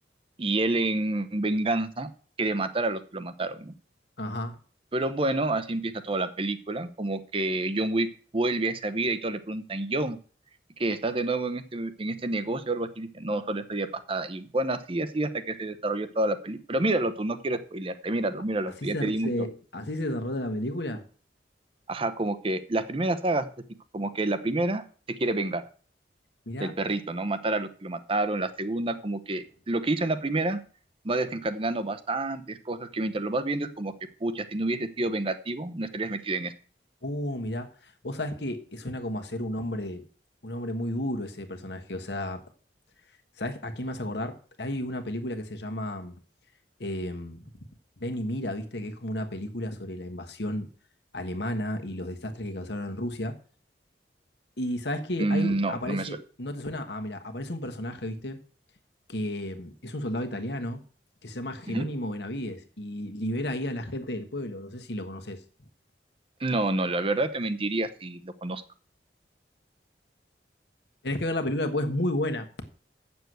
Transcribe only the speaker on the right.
y él en venganza quiere matar a los que lo mataron, ¿no?
Pero bueno, así empieza toda la película, como que John Wick vuelve a esa vida y todos le preguntan, John, ¿qué estás de nuevo en este, en este negocio o algo así? Dice, no, solo estoy de pasada. Y bueno, así, así hasta que se desarrolló toda la película. Pero míralo tú, no quiero spoilearte, míralo,
míralo
tú,
ya te di
mucho.
Ajá, como que las primeras sagas, así como que la primera se quiere vengar.
del perrito, ¿no? Matar a los que lo mataron, la segunda, como que lo que hizo en la primera va desencadenando bastantes cosas que mientras lo vas viendo es como que, pucha, si no hubiese sido vengativo, no estarías metido en esto.
Mm,
No,
no me suena.
Ujú.
No, no, la verdad te mentiría si lo conozco.